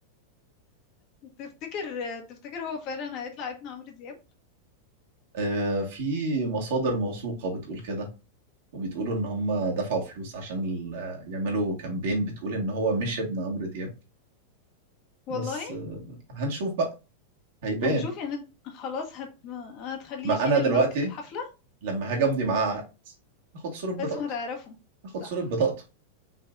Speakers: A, on the left; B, on the right.
A: تفتكر تفتكر هو فعلا هيطلع ابن عمرو دياب
B: آه، في مصادر موثوقة بتقول كده وبتقولوا إن هم دفعوا فلوس عشان ال- آه، يعملوا كامبين بتقول إن هو مش ابن عمرو دياب
A: والله
B: بس آه، هنشوف بقى هيبان
A: هنشوف يعني انت- خلاص هت... هتخليه
B: ما
A: يشيل
B: أنا دلوقتي
A: الماسك في الحفلة
B: لما هاجي أمضي معاه عقد آخد صورة بطاقته
A: لازم هتعرفه
B: آخد
A: صح
B: صورة بطاقته